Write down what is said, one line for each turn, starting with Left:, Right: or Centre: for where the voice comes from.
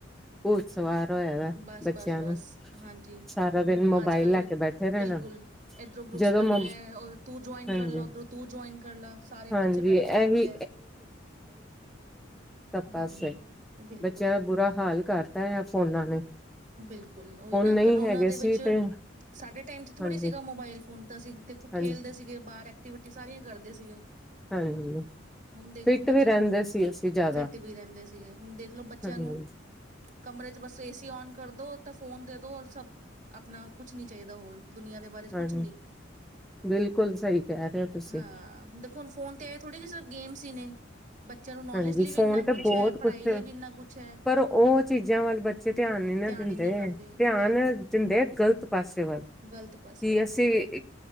Centre: ਉਹ ਸਵਾਰ ਹੋਇਆ ਵਾ
Right: ਬਸ
Centre: ਬੱਚਿਆਂ
Right: ਬਸ ਬਸ
Centre: ਨੂੰ
Right: ਹਾਂਜੀ
Centre: ਸਾਰਾ ਦਿਨ
Right: ਉਹ
Centre: ਮੋਬਾਇਲ
Right: ਅੱਜ ਕਲ
Centre: ਲੈ
Right: ਉਹ
Centre: ਕੇ ਬੈਠੇ ਰਹਿਣਾ
Right: ਬਿਲਕੁਲ ਏਧਰੋਂ ਗਰੁੱਪਸ
Centre: ਜਦੋਂ
Right: ਬਣੇ
Centre: ਮ
Right: ਹੋਏ ਹੈ ਤੂੰ ਜੁਆਇਨ
Centre: ਹਾਂਜੀ
Right: ਕਰ ਲਾ ਉਓਧਰੋਂ ਤੂੰ ਜੁਇਨ ਕਰ ਲਾ ਸਾਰੇ
Centre: ਹਾਂਜੀ
Right: ਬੱਚੇ ਬੈਠੇ
Centre: ਇਹੀ
Right: ਰਹਿੰਦੇ ਹੈ
Centre: ਪਾਸ
Right: ਹਾਂ ਬਿਲਕੁਲ
Centre: ਬੱਚਿਆਂ ਦਾ ਬੁਰਾ ਹਾਲ ਕਰਤਾ ਹੈ ਫੋਨ ਫੋਨਾਂ ਨੇ
Right: ਬਿਲਕੁਲ ਉਹੀ ਨਾ
Centre: ਨਹੀਂ
Right: ਕਰੋਨਾ
Centre: ਹੈਗੇ
Right: ਦੇ ਵਿੱਚ
Centre: ਸੀ ਤੇ
Right: ਸਾਡੇ ਟਾਈਮ ' ਥੋੜ੍ਹੀ
Centre: ਹਾਂਜੀ
Right: ਸੀਗਾ ਮੋਬਾਇਲ ਫੋਨ ਤਾਂ ਅਸੀਂ ਦੇਖੋ
Centre: ਹਾਂਜੀ
Right: ਖੇਲਦੇ ਸੀਗੇ ਬਾਹਰ ਐਕਟੀਵਿਟੀ ਸਾਰੀਆਂ ਕਰਦੇ ਸੀਗੇ
Centre: ਹਾਂਜੀ
Right: ਹੁਣ ਦੇਖਲੋ
Centre: ਫਿੱਟ
Right: ਬੱਚਿਆਂ
Centre: ਵੀ ਰਹਿੰਦੇ
Right: ਨੂੰ
Centre: ਸੀ ਅਸੀਂ ਜ਼ਿਆਦਾ
Right: ਫਿੱਟ ਵੀ ਰਹਿੰਦੇ ਸੀਗੇ ਹੁਣ ਦੇਖਲੋ ਬੱਚਿਆਂ
Centre: ਹਾਂਜੀ
Right: ਨੂੰ ਕਮਰੇ ਬਸ ਏ ਸੀ ਔਨ ਕਰਦੋ ਤਾਂ ਫੋਨ ਦੇ ਦੋ ਔਰ ਸਭ ਆਪਣਾ ਕੁਛ ਨੀ ਚਾਹੀਦਾ ਹੋਰ ਦੁਨੀਆਂ ਦੇ ਬਾਰੇ
Centre: ਹਾਂਜੀ
Right: ਕੁਛ ਨੀ
Centre: ਬਿਲਕੁਲ ਸਹੀ ਕਹਿ ਰਹੇ ਹੋ ਤੁਸੀਂ
Right: ਹਾਂ ਦੇਖੋ ਹੁਣ ਫੋਨ ਤੇ ਆ ਥੋੜੇ ਜ ਸਿਰਫ ਗੇਮਸ ਹੀ ਨੇ ਬੱਚਿਆਂ ਨੂੰ ਨੌਲੇਜ
Centre: ਹਾਂਜੀ
Right: ਲਈ ਵੀ
Centre: ਫੋਨ
Right: ਇੰਨਾ
Centre: ਤੇ
Right: ਕੁਛ
Centre: ਬਹੁਤ
Right: ਹੈ ਪੜ੍ਹਾਈ
Centre: ਕੁਛ
Right: ਲਈ ਵੀ ਇੰਨਾ ਕੁਛ ਹੈ
Centre: ਪਰ ਉਹ ਚੀਜ਼ਾਂ ਵੱਲ ਬੱਚੇ ਧਿਆਨ ਨੀ ਨਾ
Right: ਧਿਆਨ
Centre: ਦਿੰਦੇ
Right: ਹੀ ਨਹੀਂ
Centre: ਹੈ
Right: ਕਰਦੇ
Centre: ਧਿਆਨ
Right: ਬਿਲਕੁਲ
Centre: ਦਿੰਦੇ ਆ ਗਲਤ ਪਾਸੇ ਵੱਲ
Right: ਗ਼ਲਤ ਪਾਸੇ
Centre: ਕਿ
Right: ਵੱਲ
Centre: ਅਸੀਂ
Right: ਬਿਲਕੁਲ